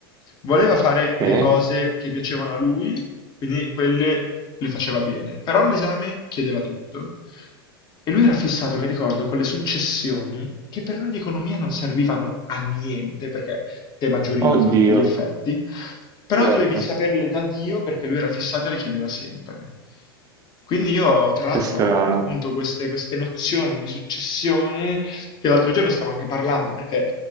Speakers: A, on the left; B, on the right.
A: voleva fare
B: Sì?
A: le cose che piacevano a lui quindi quelle le faceva bene, però l'esame chiedeva tutto. E lui era fissato, mi ricordo, con le successioni che per noi di economia non servivano a niente, perché tema giuridico
B: Oddio,
A: a tutti gli effetti, però
B: certo,
A: dovevi saperle da Dio perché lui era fissato e le chiedeva sempre. Quindi io, tra
B: che
A: l'altro,
B: strano.
A: ho appunto queste, queste nozioni di successione che l'altro giorno stavo anche parlando perché